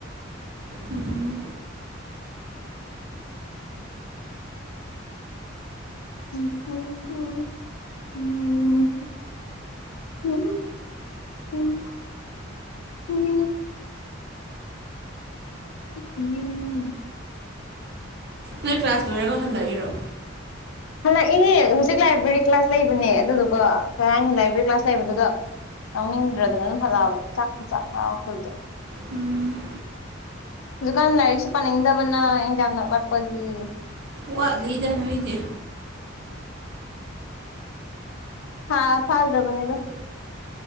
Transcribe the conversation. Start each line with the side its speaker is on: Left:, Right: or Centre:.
Right: ꯎꯝ
Left: ꯎꯝ ꯎꯝ ꯎꯝ ꯝ ꯎꯝ ꯎ ꯎꯝ ꯎꯝ ꯎ ꯎꯝ
Right: ꯅꯣꯏ ꯀ꯭ꯂꯥꯁ ꯂꯣꯏꯔꯒ ꯍꯜꯂꯛꯏꯔꯣ
Left: ꯍꯜꯂꯛꯏꯅꯦ ꯍꯧꯖꯤꯛ ꯂꯥꯏꯕ꯭ꯔꯦꯔꯤ ꯀ꯭ꯂꯥꯁ ꯂꯩꯕꯅꯦ ꯑꯗꯨꯗꯨꯀꯣ ꯀꯩ ꯍꯥꯏꯅꯤ ꯂꯥꯏꯕ꯭ꯔꯦꯔꯤ ꯀ꯭ꯂꯥꯁ ꯂꯩꯕꯗꯨꯗ ꯌꯥꯎꯅꯤꯡꯗ꯭ꯔꯗꯅ ꯑꯗꯨꯝ ꯍꯜꯂꯛꯑꯕ ꯆꯥꯛꯄ ꯆꯥꯛ ꯃ ꯃꯈꯜꯁꯦ
Right: ꯎꯝ
Left: ꯍꯧꯖꯤꯛꯀꯥꯟ ꯂꯥꯏꯔꯤꯛꯁꯨ ꯄꯥꯅꯤꯡꯗꯕꯅ ꯑꯦꯟꯖꯥꯡ ꯅꯛꯂꯛꯄꯒꯤ
Right: ꯋꯥꯠꯂꯤꯗ ꯅꯣꯏꯗꯤ
Left: ꯍꯥꯥ ꯐꯥꯁꯗꯕꯅꯦꯗ